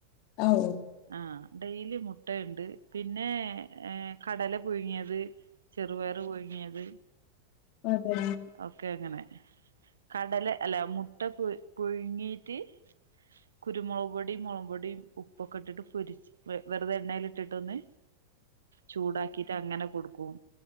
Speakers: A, on the left; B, on the right.
A: ആഹ് ഓ
B: ആഹ് ഡെയിലി മുട്ടയുണ്ട് പിന്നെ ഏഹ് കടല പുഴുങ്ങിയത് ചെറുപയർ പുഴുങ്ങിയത്.
A: അതേ
B: ഒക്കെ അങ്ങനെ കടല അല്ല മുട്ട പുഴുങ്ങീട്ട് കുരുമുളക് പൊടിയും മുളക് പൊടിയും ഉപ്പൊക്കെ ഇട്ടിട്ട് പൊരിച്ച് വെറുതെ എണ്ണേൽ ൽ ഇട്ടിട്ടൊന്ന്
A: <unintelligible>
B: ചൂടാക്കിട്ട് അങ്ങനെ കൊടുക്കും.